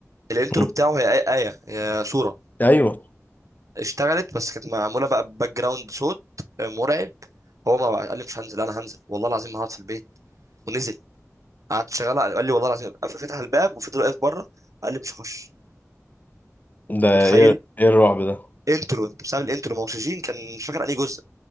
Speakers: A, on the right; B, on the left.
A: الانترو
B: مم.
A: بتاعه هي آية آية هي صورة
B: ايوه
A: اشتغلت بس كانت معمولة بقى باك جراوند صوت آه، مرعب هو ما بقى- قال لي مش هنزل انا هنزل والله العظيم ما هقعد في البيت ونزل قعدت شغالة قال لي والله العظيم قف- فتح الباب وفضل واقف بره قال لي مش هخش
B: ده
A: أنت متخيل
B: ايه ايه الرعب ده
A: انترو انت بسبب الانترو ما اكسجين كان مش فاكر انهي جزء